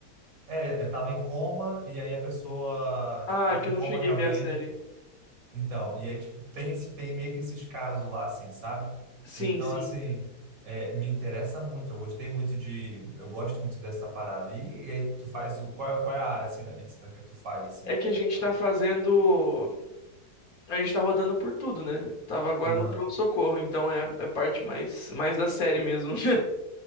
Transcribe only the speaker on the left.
Ah,
é que
eu não
cheguei
a ver a série.
Sim,
sim.
É que
a gente
tá
fazendo. A gente tá rodando por tudo, né? Eu tava agora
no pronto-socorro, então é, é parte mais, mais da série mesmo. <laughs>